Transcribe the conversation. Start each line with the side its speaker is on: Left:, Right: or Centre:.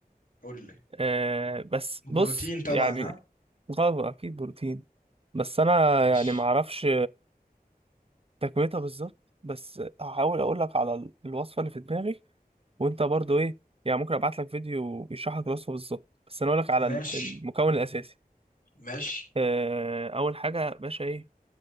Left: قول لي
Right: آه بس بص
Left: بروتين طبعا
Right: يعني
Left: ها
Right: غدا اكيد بروتين بس انا
Left: ماشي
Right: يعني ما اعرفش تكملتها بالظبط بس هحاول اقول لك على ال- الوصفه اللي في دماغي وانت برضو ايه يعني ممكن ابعت لك فيديو بيشرح لك الوصفه بالظبط بس انا اقول لك على
Left: ماشي
Right: ال- المكون الاساسي
Left: ماشي
Right: آه اول حاجه يا باشا ايه